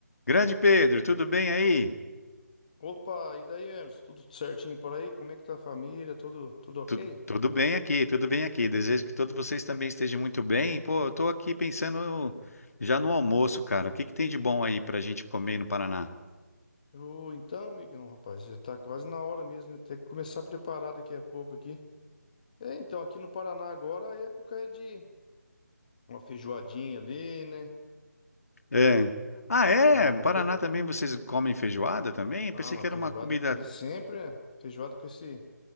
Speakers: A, on the left (about 55°); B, on the left (about 25°).
A: Grande Pedro, tudo bem aí?
B: Opa, e daí, Emerson? Tudo certinho por aí? Como é que tá a família? Tudo, tudo ok?
A: Tu- tudo bem aqui, tudo bem aqui. Desejo que todos vocês também estejam muito bem. Pô, eu tô aqui pensando já no almoço, cara. O que que tem de bom aí pra gente comer no Paraná?
B: Ô, então, amigão, rapaz, já tá quase na hora mesmo, né? Tem que começar a preparar daqui a pouco aqui. É, então, aqui no Paraná agora a época é de uma feijoadinha ali, né?
A: É. Ah, é?
B: Um,
A: No Paraná
B: pe-
A: também vocês comem feijoada também?
B: ah,
A: Pensei
B: uma
A: que
B: feijoada
A: era uma comida.
B: aqui sempre, né? Feijoada com esse,